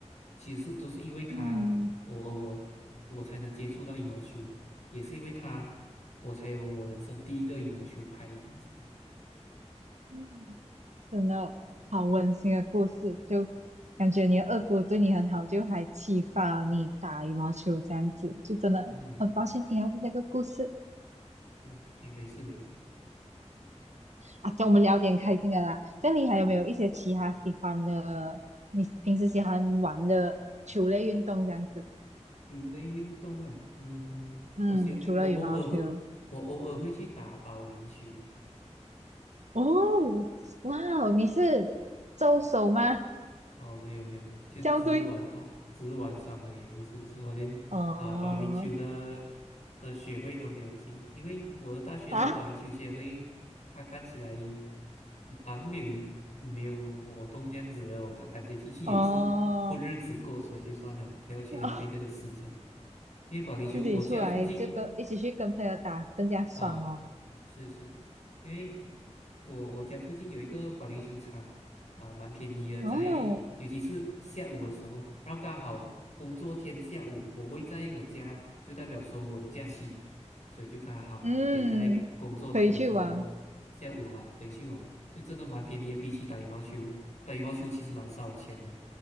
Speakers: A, on the left (about 70°); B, on the right (about 75°).
A: 其实都是因为他，
B: 嗯嗯。
A: 我我我才能接触到羽毛球，也是因为他，我才有我人生第一个羽毛球拍这样子。
B: 嗯真的好温馨的故事，就感觉你的二姑对你很好，就还启发你打羽毛球这样子，就真的很抱歉听到这个故事
A: 嗯嗯，也没事没事。
B: 啊。叫我们聊点开心的啦。这样你还有没有一些其他喜欢的，你平时喜欢玩的球类运动这样子？
A: 球类运动啊，嗯，
B: 嗯，
A: 我喜欢我偶尔会我偶尔会去打保龄球。
B: 除了羽毛球，哦，哇哦，你是周手吗？
A: 哦，没有没有没有，就只是玩我只是玩耍而已，
B: 校队？
A: 不是不是，我连啊保龄球的
B: 哦，
A: 的学会都没有进，因为我的大学的保龄球协会，
B: 啊，
A: 它看起来好像没有没有活动这样子的，我的感觉进去也是混日子过，
B: 哦。
A: 所以就算了，不要去浪费这个时间。
B: <laughs>
A: 因为保龄球，
B: 自己出来就跟一起去跟朋友打更加爽哦。
A: 我家附近。啊。是是，因为我我家附近有一个保龄球场啊，蛮便宜的，
B: 哦，
A: 在尤其是下午的时候，然后刚好工作天下午，我会在我家，就代表说我有假期，所以就刚好可以在工作天的时候下午啊，
B: 嗯，可以去玩
A: 可以去玩，就真的蛮便宜的，比起打羽毛球，打羽毛球其实蛮烧钱的。